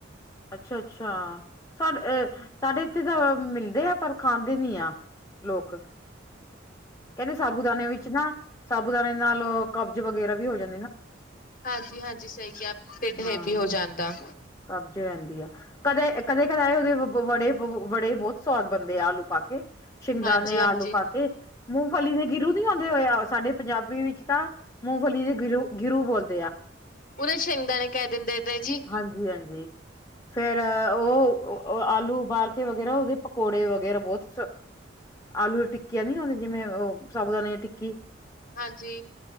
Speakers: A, on the left; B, on the left.
A: ਅੱਛਾ-ਅੱਛਾ ਸਾਡੇ ਸਾਡੇ ਇੱਥੇ ਤਾਂ ਮਿਲਦੇ ਆ ਪਰ ਖਾਂਦੇ ਨੀ ਆ। ਲੋਕ। ਕਹਿੰਦੇ ਸਾਬੂ ਦਾਣੇ ਵਿੱਚ ਨਾ ਸਾਬੂ ਦਾਣੇ ਨਾਲ ਕਬਜ਼ ਵਗੈਰਾ ਵੀ ਹੋ ਜਾਂ
B: ਹਾਂਜੀ-ਹਾਂਜੀ ਸਹੀ ਕਿਹਾ ਢਿੱਡ
A: ਹਾਂ
B: ਹੈਵੀ ਹੋ ਜਾਂਦਾ।
A: ਕਬਜ਼ ਰਹਿੰਦੀ ਕਦੇ, ਕਦੇ-ਕਦੇ ਆਏ ਉਹਦੇ ਵ-ਵ ਵੜੇ ਵ-ਵ ਵੜੇ ਬਹੁਤ ਸਵਾਦ ਬੰਦੇ ਆਲੂ ਪਾ ਕੇ ਸ਼ਿੰਗਦਾਨੇ
B: ਹਾਂਜੀ-ਹਾਂਜੀ।
A: ਆਲੂ ਪਾ ਕੇ। ਮੂੰਗਫਲੀ ਦੇ ਗਿਰੂ ਨੀ ਆਉਂਦੇ ਹੋਏ ਆ ਸਾਡੇ ਪੰਜਾਬੀ ਵਿੱਚ ਤਾਂ ਮੂੰਗਫਲੀ ਦੇ ਗਿਰੂ ਗਿਰੂ ਬੋਲਦੇ ਆ।
B: ਉਹਨੇ ਸ਼ਿੰਦਣੇ ਕਹਿ ਦਿੰਦੇ ਨੇ ਜੀ।
A: ਹਾਂਜੀ-ਹਾਂਜੀ ਫੇਰ ਉਹ ਆਲੂ ਉਬਾਲ ਕੇ ਵਗੈਰਾ ਉਹਦੇ ਪਕੌੜੇ ਵਗੈਰਾ ਬਹੁਤ। ਆਲੂ ਦੀ ਟਿੱਕੀ ਆ ਨ ਜਿਵੇਂ ਉਹ ਸਾਾਬੂਦਾਨ ਦੀ ਟਿੱਕੀ।
B: ਹਾਂਜੀ।